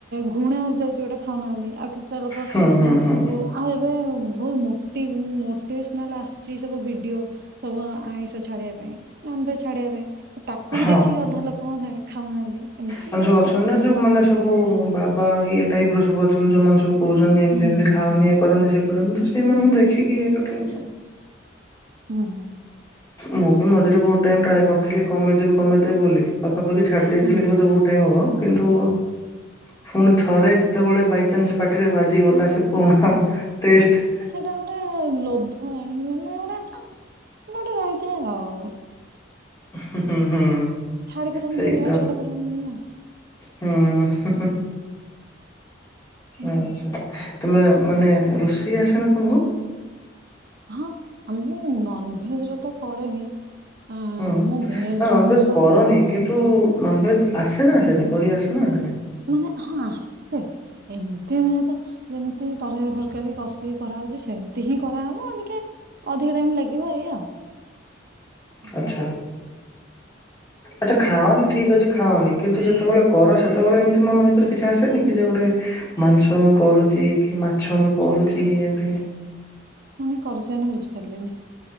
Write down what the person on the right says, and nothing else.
ଘୃଣା ଆସିଯାଉଛି ଗୋଟେ ଖାଉନାହାନ୍ତି ଆଉ କିଛିଟା ଲୋକ
ଏମିତି
ସବୁ ଆଉ ଏବେ ବହୁତ ମୋଟି ମୋଟିଭେସନାଲ ଆଶୁଛି ସବୁ ଭିଡିଓ। ସବୁ ଆଇଁଷ ଛାଡିବା ପାଇଁ ନନଭେଜ ଛାଡିବା ପାଇଁ। ତାକୁ
ବି ଦେଖିକି ଅଧା ଲୋକ ଖାଉନାହାନ୍ତି ଏମିତି
ସବୁ
ଆଉ।
ହୁଁ
ହୁଁ
ହୁଁ
ହୁଁ ହୁଁ
ହୁଁ ହୁଁ।
ହୁଁ।
ସେଇଟା ଗୋଟେ ଲୋଭ ଆଣି ମାନେ ଗୋଟେ ଆ ଗୋଟେ ରହିଛି ଆଉ।
ଛାଡ଼ି ପାରନ୍ତିିନି
ଜମା,
ଛାଡି ପାରନ୍ତିିନି ଆଉ।
ଏଇଆ
ଆଉ।
ହଁ ଆମକୁ ନନଭେଜରେ ତ କରେନି ଆଁ
ମୁଁ ଭେଜ୍
ର ହିଁ କରେ
ତ
ମାନେ ହଁ ଆସେ ଏମତି ନୁହେଁ ତ ଯେମିତି ତରକାରୀ ଫରକାରୀ କଷିକି କରାହେଉଛି ସେମିତି ହିଁ କରାହବ ଟିକେ ଅଧିକ ଟାଇମ ଲାଗିବ ଏୟା ଆଉ। ହୁଁ।
ମାନେ କରୁଛି ମାନେ ବୁଝିପାରିଲିନି <unintelligible>